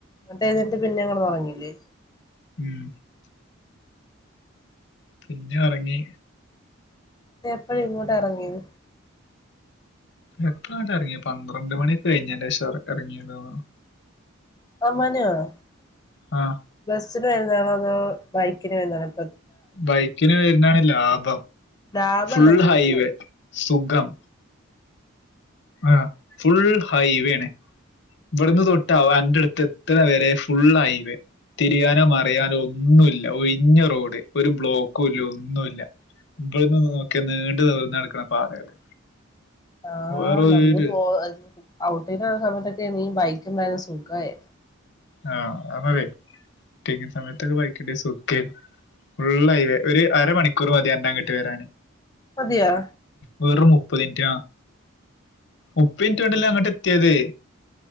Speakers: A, on the left (about 20°); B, on the left (about 55°).
A: എഴുന്നറ്റു പിന്നെ ഞങ്ങൾ ഒറങ്ങീല്ലേ
B: ഉം പിന്നെ ഒറങ്ങി
A: അതെ എപ്പഴാ ഇങ്ങോട്ട് ഇറങ്ങിയത്
B: എത്ര വട്ടം ഇറങ്ങിയ പന്ത്രണ്ട് മണി കഴിഞ്ഞ ശേഷം ഇറങ്ങിയതെന്ന്
A: <unintelligible>
B: ആ
A: ബസ്സിന് വരുന്നതാണോ അതോ ബൈക്കിന് വരുന്നതാ
B: ബൈക്കിന് വരുന്നാണ് ലാഭം
A: ലാഭല്ല
B: ഫുൾ
A: ചോയിക്കണേ
B: ഹൈവേ സുഖം ആ ഫുൾ ഹൈവേ ആണേ ഇവിടുന്ന് തൊട്ട ആൻറ അടുത്ത് എത്തണ വരെ ഫുൾ ഹൈവേ തിരിയാനോ മറിയാനോ ഒന്നുമല്ല ഒഴിഞ്ഞ റോഡ് ഒരു ബ്ലോക്കും ഇല്ല ഒന്നുമല്ല ഇവിടുന്ന് നോക്കിയ നീണ്ടു നിവർന്ന് കിടക്കണ പാതകള്
A: ആ
B: വേറെ
A: നമ്മള്
B: ഒരു
A: പോ ഔട്ടിങ്ങ് സമയത്ത നീ ബയിക്കുമേല സുഖായേ
B: ആ നമ്മക്കെ <unintelligible> സമയത്തൊക്കെ ബൈക്കിന്റെ സുക്കേ ഫൂൾ ഹൈവേ ഒരു അര മണിക്കൂർ മതി എന്നങ്ങോട്ട് ത്ത് പേരാണ്
A: മതിയോ
B: വെറും മുപ്പ മുപ്പത് മിനിറ്റ് ആ മുപ്പത് മിനിറ്റ് കൊണ്ടല്ലേ അങ്ങോട്ട് എത്തിയത്